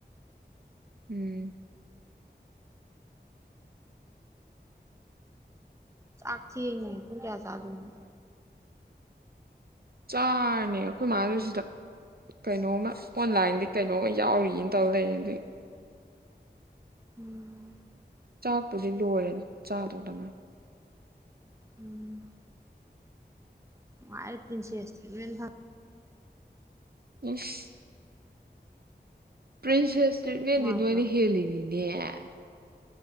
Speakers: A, on the right (about 60°); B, on the right (about 15°).
A: ꯎꯝ
B: ꯆꯥꯛꯊꯦꯡꯉꯦ ꯄꯨꯡ ꯀꯌꯥ ꯆꯥ ꯗꯨꯨꯅꯣ
A: ꯆꯥꯔꯅꯦ ꯈꯣꯏ ꯃꯥꯗꯨ ꯁꯤꯗ ꯀꯩꯅꯣꯝꯃ ꯑꯣꯟꯂꯥꯏꯟꯗꯤ ꯀꯩꯅꯣꯝꯃ ꯌꯥꯎꯔꯤꯅ ꯇꯧ ꯂꯩ ꯑꯗꯨꯏ
B: ꯎꯝ
A: ꯆꯥꯛꯄꯨꯗꯤ ꯂꯣꯏꯔꯦꯗ ꯆꯥꯗꯧꯗ ꯉꯥꯏ
B: ꯎꯝ <unintelligible> ꯄꯔ꯭ꯤꯟꯁꯦꯁ ꯇꯔ꯭ꯤꯠꯃꯦꯟ ꯐꯪ
A: ꯏꯁ ꯄ꯭ꯔꯤꯟꯁꯦꯁ ꯇꯠꯃꯦꯟꯗ
B: ꯅꯨꯡꯉꯥꯏꯇ꯭ꯔꯣ
A: ꯅꯅꯤꯦꯤꯅꯤ ꯌꯥ